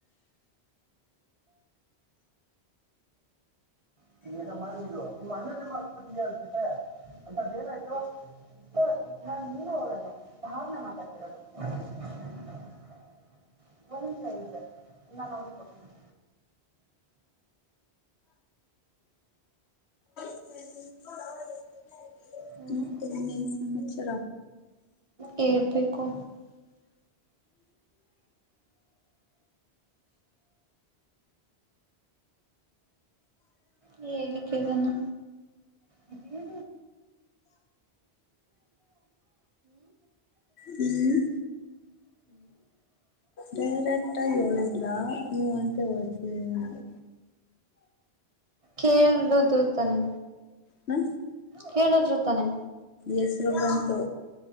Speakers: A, on the right (about 35°); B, on the left (about 80°).
A: <unintelligible> <unintelligible> <unintelligible>
B: <inaudible>
A: ಹ್ಮ್
B: ಮತ್ತೆ ಇನ್ನೇನ್ ಸಮಾಚಾರ
A: ಹೇಳ್ಬೇಕು. ಹೇಳಿ ಕೇಳೋಣ. ಹ್ಮ
B: ಹ್ಮ್ ಡೈರೆಕ್ಟಾಗಿ ಹೇಳಿದ್ರಾ ಹು ಅಂತ ಹೇಳ್ತಿನಿ ನಿನಗೆ.
A: ಕೇಳುದು ತಾನೆ.
B: ಹ್ಮ
A: ಕೇಳುದ್ರು ತಾನೆ.
B: ಹೆಸರು ಬಂತು.